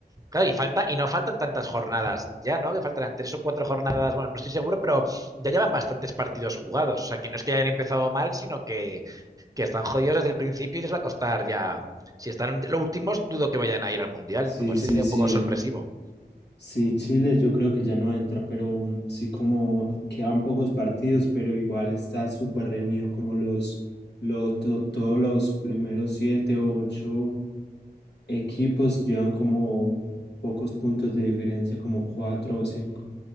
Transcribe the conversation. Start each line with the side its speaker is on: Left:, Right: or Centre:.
Right: Claro, y falta, y no faltan tantas jornadas ya, ¿no? Que faltarán tres o cuatro jornadas, bueno, no estoy seguro, pero ya llevan bastantes partidos jugados. O sea, que no es que hayan empezado mal, sino que, que están jodidos desde el principio y les va a costar ya. Si están los últimos, dudo que vayan a ir al Mundial,
Left: Sí,
Right: lo cual
Left: sí,
Right: sería
Left: sí.
Right: un poco sorpresivo.
Left: Sí, Chile yo creo que ya no entra, pero mm, sí como quedan pocos partidos, pero igual está súper reñido como los, los to- todos los primeros siete o ocho equipos llevan como pocos puntos de diferencia, como cuatro o cinco.